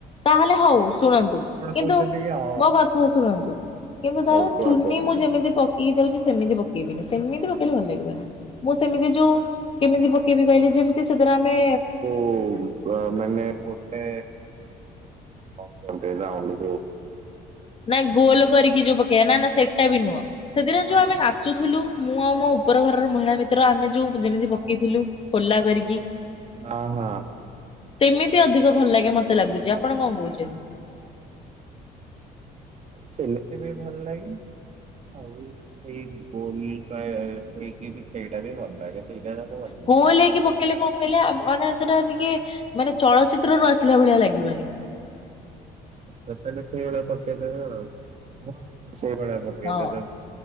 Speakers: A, on the left; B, on the right.
A: ତାହେଲେ ହଉ ଶୁଣନ୍ତୁ କିନ୍ତୁ
B: କହୁଛନ୍ତି କି ହଁ
A: ମୋ କଥା ଶୁଣନ୍ତୁ। କିନ୍ତୁ
B: ହଉ
A: ତାର
B: କୁହନ୍ତୁ।
A: ଚୁନି ମୁଁ ଯେମିତି ପକେଇକି ଯାଉଚି ସେମିତି ପକେଇବିନି ସେମିତି ପକେଇଲେ ଭଲ ଲାଗିବନି। ମୁଁ ସେମିତି ଯୋଉ କେମିତି ପକେଇବି କହିଲେ ଯେମିତି ସେଦିନ ଆମେ
B: ଓଉମ୍ ଓ ବ ମନେ ଗୋଟେ କଣ କରଥିଲା ଆଣୁ
A: ନାଇଁ ଗୋଲ କରିକି ଯୋଉ ପକେଇବା ନା ନା ସେଇଟା ବି ନୁହଁ ସେଦିନ ଯୋଉ
B: ଆଉ
A: ଆମେ ଚୁଥିଲୁ ମୁଁ ଆଉ ମୋ ଉପର ଘରର ମହିଳା ମିତ୍ର ଆମେ ଯୋଉ ଯେମିତି ପକେଇଥିଲୁ ଖୋଲା କରିକି।
B: ହଁ ହଁ।
A: ସେମିତି ଅଧିକ ଭଲ ଲାଗେ ମତେ ଲାଗୁଛି ଆପଣ କଣ କହୁଛନ୍ତି?
B: ସେିଲିତି ବି ଭଲ ଲାଗେ। ଆଉ ସେଇ ଗୋଲ ନେଇକି ସେଇଟା ବି ଭଲ ଲାଗେ ସେଇଟା ତା ଭଲ ଲାଗ।
A: <unintelligible> କହିଲେ କଣ କହିଲେ ମାନେ ସେଟା ଟିକେ ମାନେ ଚଳଚିତ୍ର ରୁ ଆସିଲା ଭଳିଆ ଲାଗିବନି।
B: ତାହେଲେ ସେଇଭଳିଆ ପକେଇଦବା ଆଉ ହଁ ସେଇଭଳିଆ ପକେଇଦେବେ
A: ହଁ